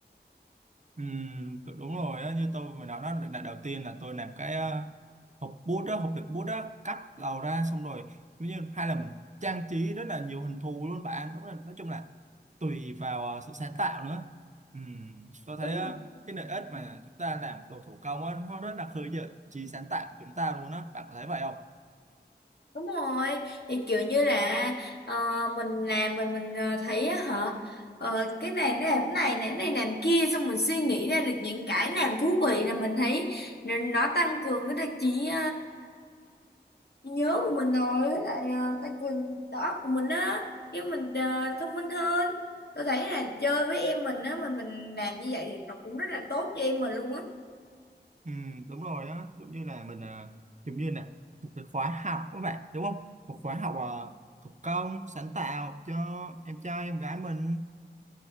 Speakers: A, on the right; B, on the left.
A: Ừm, tự- đúng rồi á, như tôi mới nói đó lần đầu tiên là tôi làm cái ờ, hộp bút đó hộp đựng bút đó cắt đầu ra xong rồi ví như hay là mình trang trí rất là nhiều hình thù luôn bạn đúng là nói chung là tùy vào ờ, sự sáng tạo nữa Ừm, tôi thấy
B: đúng
A: ờ,
B: rồi
A: cái lợi ích mà chúng ta làm đồ thủ công á, nó rất là khơi gợi trí sáng tạo của chúng ta luôn á bạn có thấy vậy không
B: đúng rồi thì kiểu như là ờ, mình làm mình mình ờ, thấy á hả ờ, cái này nó làm cái này này cái này làm kia xong mình suy nghĩ ra được những cái làm thú vị là mình thấy nó nó tăng cường cái đặc trí nhớ của mình rồi với lại ờ, tăng cường đầu óc của mình á chứ mình ờ, thông minh hơn tôi thấy là chơi với em mình á mà mình làm như vậy thì nó cũng rất là tốt cho em mình luôn á
A: Ừ, đúng rồi đó giống như là mình à, giống như là một cái khóa học các bạn đúng không một khóa học à, thủ công sáng tạo cho em trai em gái mình